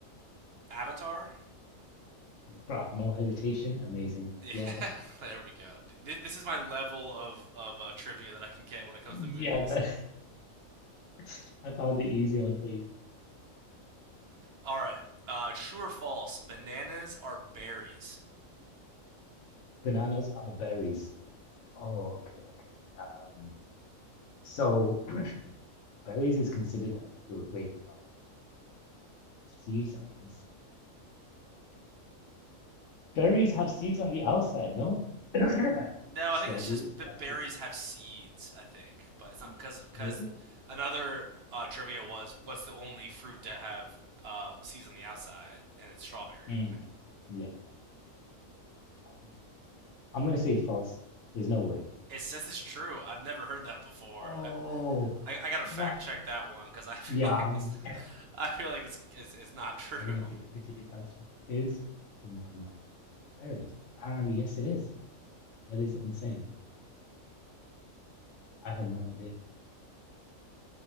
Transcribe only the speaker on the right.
Avatar.
Yeah,
<laughs> there we go. Th- This is my level of of uh, trivia that I can get when it comes
to movies.
All right. Uh, true or false? Bananas are berries.
No,
I think it's just the
berries
have seeds. I think, but it's not
because because
another uh, trivia was what's the only fruit to have uh, seeds on the outside, and it's strawberry.
It says it's true. I've never heard that before.
I I, I gotta
fact check that one because I <laughs> feel
like
it's I feel like it's it's, it's not
true.
<laughs>